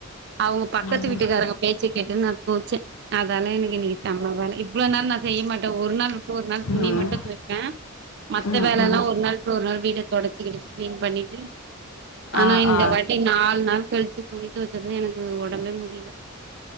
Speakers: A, on the right; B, on the left.
A: அவுங்க பக்கத்து
B: ம்
A: வீட்டுக்காரங்க சே கெட்டுன்னு நா தோச்சே அதால எனக்கு இன்னிக்கி செமவேல இவ்ளோ நாள் நா செய்ய மாட்டே ஒரு நாள் ஒரு நாள் துணி
B: ம்
A: மட்டு தோய்ப்பே மத்த
B: ம்
A: வேலல்லா
B: ம்
A: ஒரு நாள் ஒரு நாள் வீட தொடச்சு கிடிச்சு கிளீன் பண்ணிட்டு ஆனா
B: ஆ
A: இந்த
B: ஆ
A: வாட்டி நால் நாள் கழிச்சு துணி தொவச்சத்தா எனக்கு உடம்பே முடியல